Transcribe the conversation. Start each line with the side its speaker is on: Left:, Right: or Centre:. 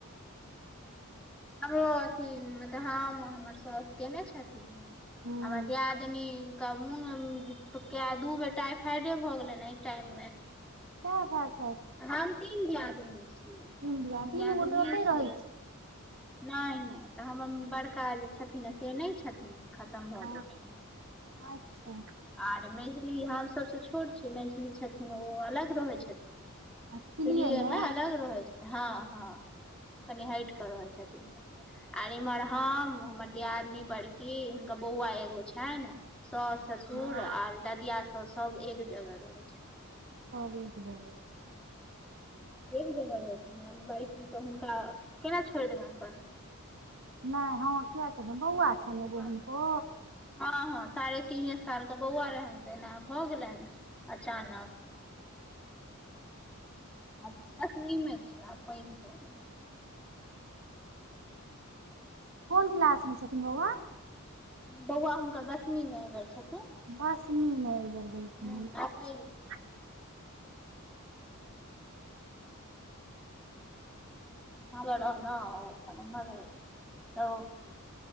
Centre: हमरो अथी मल हम हमर सउस केने छथिन?
Right: हँ
Centre: हमर दियादनी क मन दू बेट टाइफाइडे भ गेले नेा टाइम मे
Right: ह ह सा
Centre: हम तीन दियादनी छीयै तीन
Right: दिया तीनू
Centre: दियादनियए
Right: गोटे ओतहि रहै
Centre: छियै। नहि नहि तऽ हमर बड़का जे छथिन। से नहि छथिन। खतम भ
Right: हँ
Centre: गेलखिन
Right: अच्छा
Centre: आर मैझली हम सबस छोट छियै। मैथिलली छथिन ओ अलग रहै छथिन।
Right: अच्छा दिल्लीएमे
Centre: दलीए मे अलग रहै छै। हँ हँ कनि हट केऽ रहै छथिन। <inaudible> आर इम्हर हम हमर दियादनी बड़की हुनकर बौआ एगो छनि ने। सास ससुर
Right: हँ
Centre: आर ददिया स सब एक जगह रहैत छै।
Right: हर भब
Centre: एक जगह रह छै। बड़ी हुनका केना छोड़ि देबनि अपन
Right: नहि हँ किए छै।
Centre: हुनका
Right: बौआ छनि
Centre: बौआ
Right: एगो हुनको?
Centre: हँ हँ साढ़े तीने साल के बौआ रहनि ते भऽ गेलै अचानक हँ दसमीमे छियै आब पैघ भ गेलय।
Right: कोन क्लासमे छथिन बौआ।
Centre: बौआ हुनकर दशमीमे एयबेर छथिन।
Right: <unintelligible>
Centre: हू <unintelligible>
Right: हन अच्छा
Centre: <unintelligible>